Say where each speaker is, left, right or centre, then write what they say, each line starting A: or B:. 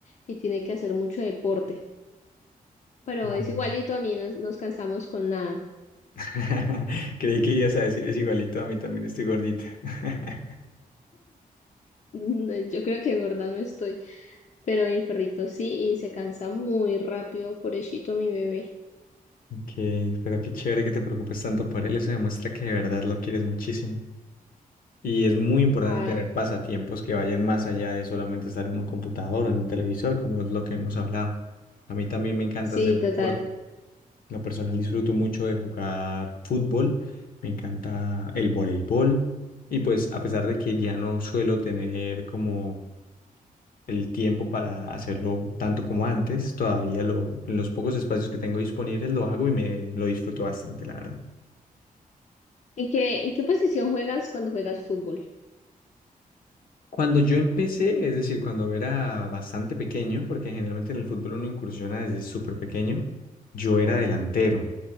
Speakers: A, on the left (about 50°); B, on the left (about 70°).
A: y tiene que hacer mucho deporte. Pero
B: Claro.
A: es igualito a mí, no nos cansamos con nada. <laughs>
B: <laughs> Creí que ibas a decir, es igualito a mí, también estoy gordita. <laughs>
A: No, Yo creo que gorda no estoy, pero mi perrito sí y se cansa muy rápido, pobrecito mi bebé.
B: Que, pero qué chévere que te preocupes tanto por él, eso demuestra que de verdad lo quieres muchísimo. Y es muy importante
A: Ah,
B: tener pasatiempos que vayan más allá de solamente estar en un computador o en un televisor, como es lo que hemos hablado. A mí también me encanta
A: sí,
B: hacer deporte.
A: total.
B: En Lo personal disfruto mucho de jugar fútbol, me encanta el voleibol y pues a pesar de que ya no suelo tener como el tiempo para hacerlo tanto como antes, todavía lo, en los pocos espacios que tengo disponibles lo hago y me lo disfruto bastante, la verdad.
A: ¿En qué, en qué posición juegas cuando juegas fútbol? <laughs>
B: Cuando yo empecé, es decir, cuando era bastante pequeño, porque generalmente en el fútbol uno incursiona desde súper pequeño, yo era delantero.